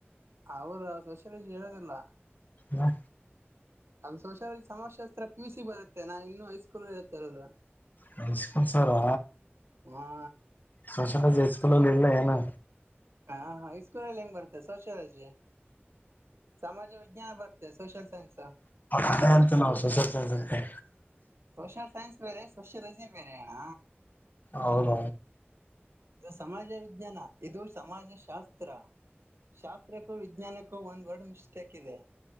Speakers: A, on the right; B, on the left.
A: ಅವ್ರ ಸೊಷಾಲಜಿ ಹೇಳೋದಿಲ್ಲ
B: ಹಾ
A: ಅದು್ ಸಂಸಾರ ಸಮಸೆಾಸ್ತ್ರ ಪ ಸಿ ಬರುತ್ತೆ ನಾ ಇನ್ನುೂೈಸ್ಕೂಲ್ ಹೇಳ್ತ ಇರೋದು
B: ಹೈಸ್ಕೂಲ್ ಸಾರಾ
A: ಹಾ
B: ಸೋಷಾಲಾಜ್ ಸ್ಕೂಲಲ್ಲಿ ಇಲ್ಲ ಏನು
A: ಹಾ ಹ ಇ ಸ್ಕೂಲ ಅಲ್ಲಿ ಹೆಂಗ ಬರ್ತೆ ಸೋಷಿಯಲ್ ಲಾಜಿ ಸಮಾಜ ವಿಜ್ಞಾನ ಬರ್ತೆ ಸೋಷಿಯಲ್ ಸೈನ್ಸ್
B: ಅದೇ ಅಂತು ನಾವು ಸುಸಲ್ತೆ
A: ಸೋಷಿಯಲ್ ಸೈನ್ಸ್ ಬೇರೆ ಸೋಷಿಯಾಲಜಿ ಬೇರೆ ಅಣ್ಣ
B: ಹೌದ
A: ಇದು ಸಮಾಜ ವಿಜ್ಞಾನ ಇದು ಸಮಾಜ ಶಾಸ್ತ್ರ ಶಾಸ್ತ್ರಕ್ಕೂ ವಿಜ್ಞಾನಕ್ಕೂ ಒಂದ್ ವರ್ಡ್ ಮಿಸ್ಟೇಕ್ ಇದೆ